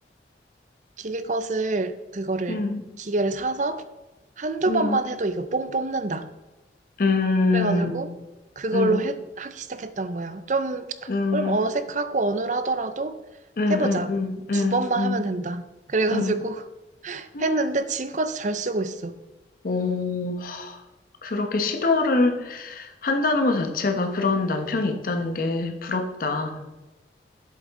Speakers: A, on the right; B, on the left.
A: 기계컷을, 그거를,
B: 음,
A: 기계를 사서 한두
B: 음,
A: 번만 해도 이거 뽕 뽑는다.
B: 음,
A: 그래가지고 그걸로
B: 음,
A: 해, 하기 시작했던 거야. 좀,
B: 음, 음,
A: 좀 어색하고 어눌하더라도
B: 음, 음,
A: 해보자.
B: 음,
A: 두 번만
B: 음,
A: 하면 된다. 그래가지고
B: 음.
A: <laughs>
B: 음.
A: 했는데 지금까지 잘 쓰고 있어.
B: 오, 그렇게 시도를 한다는 것 자체가 그런 남편이 있다는 게 부럽다.